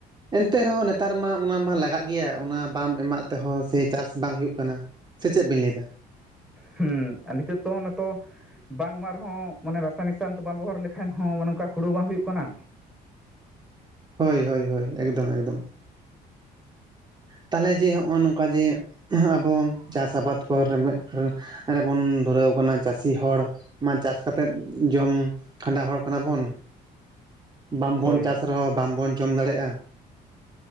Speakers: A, on the right; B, in the centre.
A: ᱮᱱᱛᱮ ᱨᱮᱦᱚᱸ ᱱᱮᱛᱟᱨ ᱢᱟ ᱚᱱᱟ ᱢᱟ ᱞᱟᱜᱟᱜ ᱜᱮᱭᱟ ᱚᱱᱟ ᱵᱟᱢ ᱮᱢᱟᱜ ᱛᱮᱦᱚᱸ ᱥᱮ ᱪᱟᱥᱼᱼ ᱵᱟᱝ ᱦᱩᱭᱩᱜ ᱠᱟᱱᱟ᱾ ᱥᱮ ᱪᱮᱫ ᱵᱤᱱ ᱞᱮᱭ ᱫᱟ?
B: ᱦᱩᱸ ᱟᱨ ᱱᱤᱛᱚᱜ ᱫᱚ ᱚᱱᱮ ᱛᱚᱼᱼ ᱵᱟᱝ ᱮᱢᱟᱜ ᱨᱮᱦᱚᱸ ᱢᱟᱱᱮ ᱨᱟᱥᱟᱭᱚᱱᱤᱠ ᱥᱟᱱ ᱵᱟᱝ ᱵᱮᱵᱚᱦᱟᱨ ᱞᱮᱠᱷᱟᱱ ᱦᱚᱸᱮ ᱚᱱᱠᱟ ᱦᱳᱲᱳ ᱵᱟᱝ ᱦᱩᱭᱩᱜ ᱠᱟᱱᱟ᱾
A: ᱦᱳᱭ ᱦᱳᱭ ᱦᱳᱭ ᱮᱠᱫᱚᱢ ᱮᱠᱫᱚᱢ᱾ ᱛᱟᱦᱟᱞᱮ ᱡᱮ ᱦᱚᱜᱼᱚ ᱱᱚᱝᱠᱟ ᱡᱮᱼᱼ ᱟᱵᱚ ᱪᱟᱥ ᱟᱵᱟᱫ ᱠᱚᱨᱮ ᱵᱚ ᱨᱮᱵᱚᱱ ᱫᱷᱩᱨᱟᱹᱣ ᱠᱟᱱᱟ ᱪᱟᱥᱤ ᱦᱚᱲ᱾ ᱢᱟ ᱪᱟᱥ ᱠᱟᱛᱮᱜ ᱡᱚᱢ, ᱠᱷᱟᱸᱰᱟ ᱦᱚᱲ ᱠᱟᱱᱟ ᱵᱚᱱᱼᱼ ᱵᱟᱝ ᱵᱚᱱ
B: ᱦᱳᱭ
A: ᱪᱟᱥ ᱨᱮᱦᱚᱸ ᱵᱟᱝ ᱵᱚᱱ ᱡᱚᱢ ᱫᱟᱲᱮᱭᱟᱜᱼᱟ᱾